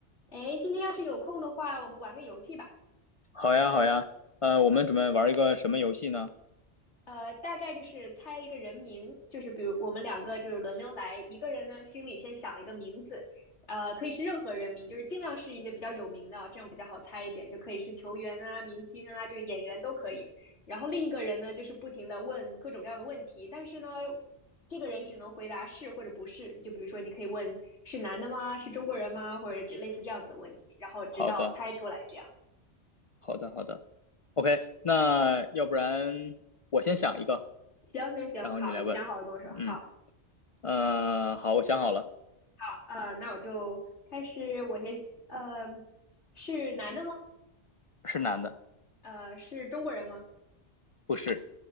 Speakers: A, on the left; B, on the left.
A: 哎，今天要是有空的话，我们玩个游戏吧。
B: 好呀，好呀，呃，我们准备玩一个什么游戏呢？
A: 呃，大概就是猜一个人名，就是比如我们两个就是轮流来，一个人呢心里先想一个名字，呃，可以是任何人名，就是尽量是一些比较有名的，这样比较好猜一点，就可以是球员啊、明星啊，就是演员都可以。然后另一个人呢，就是不停的问各种各样的问题，但是呢，这个人只能回答是或者不是。就比如说，你可以问是男的吗？是中国人吗？或者这类似这样子的问题，然后直到猜出来这样。
B: 好的，好的，好的。OK，那要不然我先想一个，
A: 行行行，
B: 然后你来问。
A: 好，你想好了跟我说。
B: 嗯，
A: 好，
B: 呃，好，我想好了，
A: 好，呃，那我就开始。我先，呃，是男的吗？
B: 是男的，
A: 呃，是中国人吗？
B: 不是，